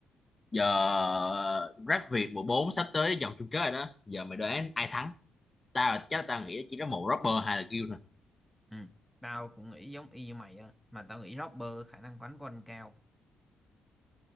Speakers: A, on the left; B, in the centre.
A: giờ rap Việt mùa 4 sắp tới vòng chung kết rồi đó giờ mày đoán ai thắng tao chắc là tao nghĩ chỉ có một rapper hay là Gil thôi
B: ừ tao cũng nghĩ giống y như mày á mà tao nghĩ rapper khả năng quánh của anh cao